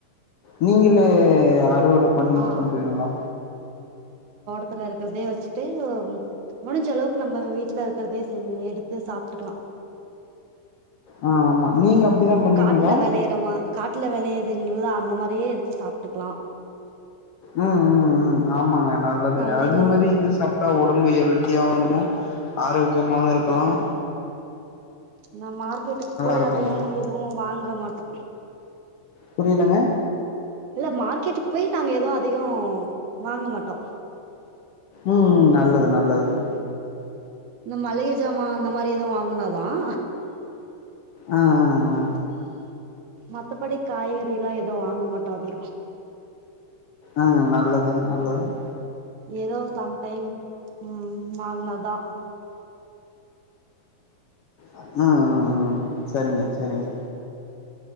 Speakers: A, on the left; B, on the right.
A: நீங்களே ஆ ரெகுலரா பண்ணி இது
B: ஆ
A: பண்றீங்களா
B: த்துல இருக்கிறதே வச்சிட்டு முடிஞ்ச அளவுக்கு நம்ம வீட்ல இருக்கிறதே எடுத்து சாப்பிட்டுக்கலாம்
A: ஆ ஆமா நீங்க அப்டிதா பண்ணுவீங்களா
B: காட்டுல வெளையறமா காட்டுல விளையதுலுங்கள அந்த மாரி நெறைய எடுத்து சாப்பிட்டுக்கலாம்
A: ம் ம் ம் ஆமாங்க நல்லதுங்க
B: சந்தையில
A: அது மாரி இது சாப் உடம்பு ஹெல்தியாவும் இருக்கும் ஆரோக்கியமாவும் இருக்கலாம்
B: நான் மார்க்கெட்டுக்கு போய்
A: இருக்குங்க
B: அதிகம் எதுவும் வாங்க மாட்டோம்
A: புரியலங்க
B: இல்ல மார்க்கெட்டுக்கு போய் நாங்க எதவும் அதிகோம் வாங்க மாட்டோம்
A: ம் நல்லது நல்லதுங்க
B: இந்த மளிகை ஜாமான் அந்த மாரி எதுவும் வாங்கினாதான்
A: ஆ ஆ
B: மத்தபடி காய்கறிலாம் எதுவும் வாங்க மாட்டோம் அதி
A: ஆ நல்லதுங்க நல்லதுங்க
B: ஏதோ சம்டைம் ம்ம் வாங்கினாதான்
A: ம்ம் ம்ம் ம்ம் சேரிங்க சேரிங்க